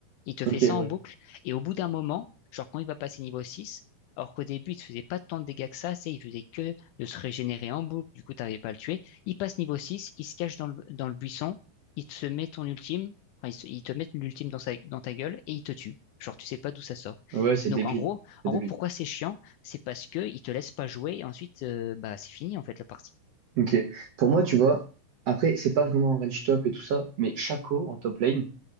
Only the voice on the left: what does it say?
Il te
fait ça
en boucle, et au bout d'un moment, genre quand il va passer niveau 6 alors qu'au début il te faisait pas tant de dégâts que ça, c'est il faisait que de se régénérer en boucle, du coup t'arrivais pas à le tuer, il passe niveau 6 il se cache dans le, dans le buisson, il te se met ton ultime, enfin, il, se- il te met l'ultime dans, sa- dans ta gueule, et il te tue. Genre tu sais pas d'où ça sort.
Donc
en gros,
en
gros pourquoi c'est chiant? c'est parce que ils te laissent pas jouer et ensuite euh, bah c'est fini en fait la partie.